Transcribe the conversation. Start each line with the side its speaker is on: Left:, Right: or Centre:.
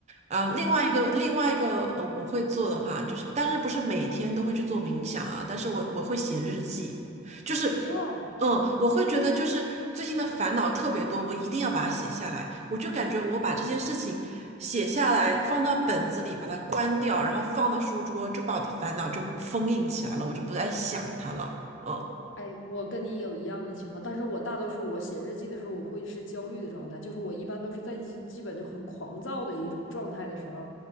Right: 啊，另外一个，
Left: 好吧。
Right: 另外一个，呃，我会做的话，就是，但是不是每天都会去做冥想啊？但是我我会写日记，就是，
Left: 哦，
Right: 嗯，我会觉得就是最近的烦恼特别多，我一定要把它写下来。我就感觉我把这件事情写下来，放到本子里，把它关掉，然后放到书桌，就把我的烦恼就封印起来了，我就不再想它了。嗯
Left: 哎，我跟你有一样的情况，但是我大多数我写日记的时候，我会是焦虑的状态，就是我一般都是在基基本就很狂躁的一种状态的时候，